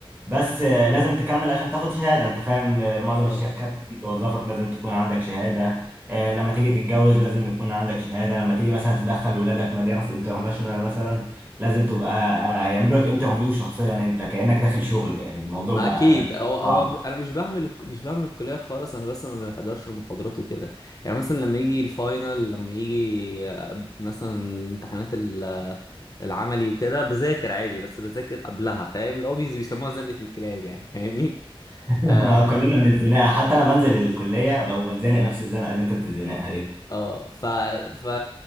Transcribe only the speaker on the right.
بس آه، لازم تكمل عشان تاخد شهادة انت فاهم آه، معظم
الشركات اللي بتوظفك لازم تكون عندك شهادة آه، لما تيجي تتجوز لازم يكون عندك شهادة لما تيجي مثلا تدخل ولادك مدارس انترناشونال مثلا لازم تبقى آه، هيعملوا لك انترفيو شخصيا انت كأنك داخل شغل يعني الموضوع
بقى
صعب
<laughs>
كلنا بنتزنق حتى انا بنزل الكلية وبتزنق نفس الزنقة اللي انت بتتزنقها دي